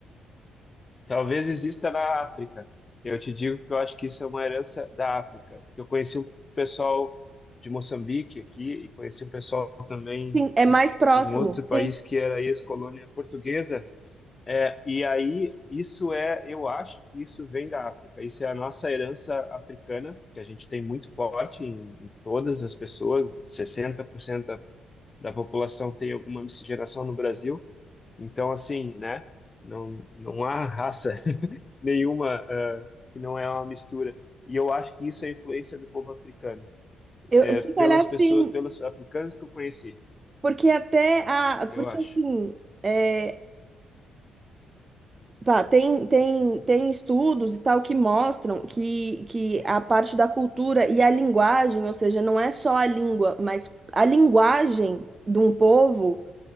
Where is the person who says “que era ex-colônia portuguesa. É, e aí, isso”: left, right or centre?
Left